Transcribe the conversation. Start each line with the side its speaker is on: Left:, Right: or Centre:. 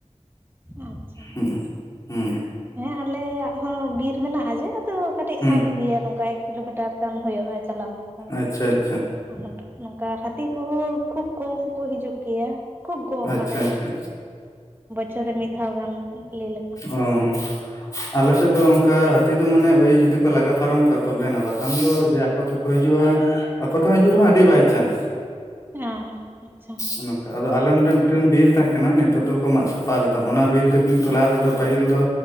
Right: ᱟᱸᱪᱪᱷᱟ,
Left: ᱦᱩᱸ ᱦᱩᱸ
Right: ᱦᱮᱸ, ᱟᱞᱮᱭᱟᱜ ᱦᱚᱸ ᱵᱤᱨ ᱢᱮᱱᱟᱜᱼᱟ ᱡᱮ ᱟᱫᱚ. ᱠᱟᱹᱴᱤᱜ
Left: ᱦᱩᱸ
Right: ᱥᱟᱸᱜᱤᱱ ᱜᱮᱭᱟ ᱱᱚᱝᱠᱟ ᱮᱠ ᱠᱤᱞᱳᱢᱤᱴᱟᱨ ᱜᱟᱱ ᱦᱩᱭᱩᱜᱼᱟ, ᱪᱟᱞᱟᱣ ᱦᱩᱭᱩᱜᱼᱟ᱾
Left: ᱟᱪᱪᱷᱟ ᱟᱪᱪᱷᱟ
Right: ᱟᱱᱚᱯ ᱱᱚᱝᱠᱟ ᱦᱟᱹᱛᱤ ᱠᱚᱦᱚᱸ ᱠᱷᱩᱵ ᱠᱚᱢ ᱠᱚ ᱦᱤᱡᱩᱜ ᱜᱮᱭᱟ, ᱠᱷᱩᱵ ᱠᱚᱢ
Left: ᱟᱪᱪᱷᱟ
Right: ᱢᱟᱱᱮ
Left: ᱟᱪᱪᱷᱟ
Right: ᱪᱚ ᱨᱮ ᱢᱤᱜ ᱫᱷᱟᱣ ᱜᱟᱱ ᱞᱟᱹᱭ ᱞᱮ
Left: ᱩᱸ-ᱩᱸ᱾ ᱟᱞᱮᱥᱮᱜ ᱫᱚ ᱚᱝᱠᱟ ᱟᱹᱛᱤ ᱫᱚ ᱢᱟᱱᱮ ᱳᱭ ᱡᱩᱫᱤ ᱠᱚ ᱞᱟᱜᱟ ᱯᱟᱨᱚᱢ ᱠᱟ ᱛᱚᱵᱮᱱᱟ᱾ ᱵᱟᱠᱷᱟᱱ ᱫᱚ ᱡᱮ ᱠᱚ ᱛᱮᱠᱚ ᱦᱤᱡᱩᱜᱼᱟ, ᱟᱠᱚ ᱛᱮᱦᱚᱸ ᱦᱤᱡᱩᱜ ᱨᱮᱦᱚᱸ ᱟᱹᱰᱤ ᱵᱟᱭᱪᱟᱱᱥ᱾
Right: ᱦᱮᱸ ᱟᱪᱪᱷᱟ
Left: ᱚᱱᱮ ᱚᱝᱠᱟ ᱟᱫᱚ ᱟᱞᱮ ᱱᱚᱸᱰᱮ ᱢᱤᱫᱴᱮᱱ ᱵᱤᱨ ᱛᱟᱦᱮᱸ ᱠᱟᱱᱟ, ᱱᱤᱛᱚᱜ ᱫᱚᱠᱚ ᱢᱟᱜ ᱥᱟᱯᱷᱟ ᱠᱟᱫᱟ ᱾ ᱚᱱᱟ ᱵᱤᱨ ᱫᱚ ᱠᱤᱱᱛᱩ ᱞᱟᱦᱟ ᱛᱮᱫᱚ ᱯᱟᱹᱦᱤᱞ ᱫᱚ